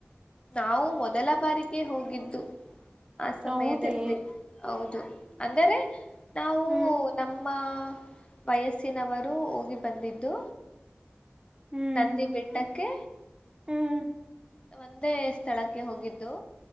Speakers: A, on the left; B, on the right.
A: ನಾವು ಮೊದಲ ಬಾರಿಗೆ ಹೋಗಿದ್ದು. ಆ ಸಮಯದಲ್ಲಿ
B: ಹೌದೇ
A: ಹೌದು. ಅಂದ್ರೆ. ನಾವು
B: ಹ್ಮ್
A: ನಮ್ಮ. ನಮ್ಮ ವಯಸ್ಸಿನವರು ಹೋಗಿ ಬಂದಿದ್ದು.
B: ಹ್ಮ್
A: ನಂದಿ ಬೆಟ್ಟಕ್ಕೆ.
B: ಹ್ಮ್
A: ಒಂದೇ ಸ್ಥಳಕ್ಕೆ ಹೋಗಿದ್ದು.